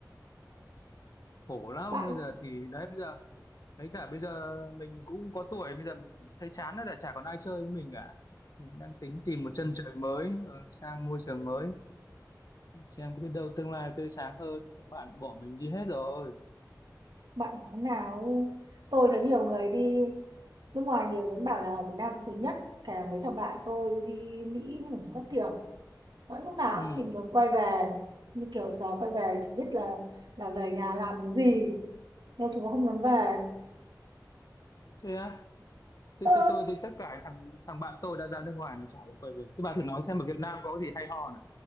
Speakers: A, on the left; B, on the right.
A: khổ lắm
B: bạn
A: bây giờ thì đấy bây giờ đấy cả bây giờ mình cũng có tuổi bây giờ mình cũng thấy chán rồi chả chả còn ai chơi với mình cả mình đang tính tìm một chân trời mới ờ, sang môi trường mới xem có biết đâu tương lai tươi sáng hơn các bạn bỏ mình đi hết rồi
B: bạn nói thế nào ấy. tôi thấy nhiều người đi nước ngoài nhiều vẫn bảo là ở Việt Nam sướng nhất cả mấy thằng bạn tôi đi Mỹ cũng các kiểu vẫn lúc nào
A: ừ
B: cũng tìm đường quay về như kiểu giờ quay về chẳng biết là là về nhà làm cái gì nên chúng nó không dám về
A: thế á thế,
B: ừ
A: thế tôi thì tất cả thằng thằng bạn tôi đã ra nước ngoài nó chả được quay về thế bà thử nói xem ở Việt Nam có gì hay ho